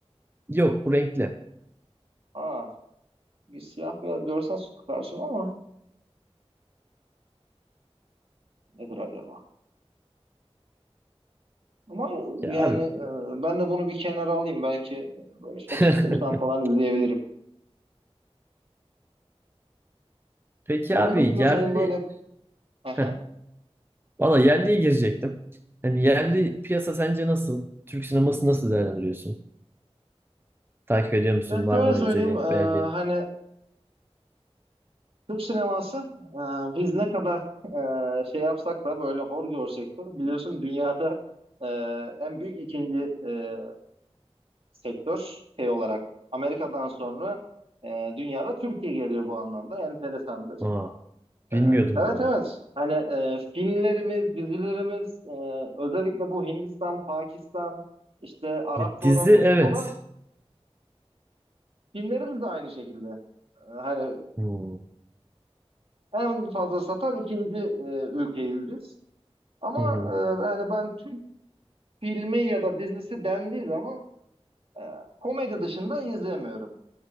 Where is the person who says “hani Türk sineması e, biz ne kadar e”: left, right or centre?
Right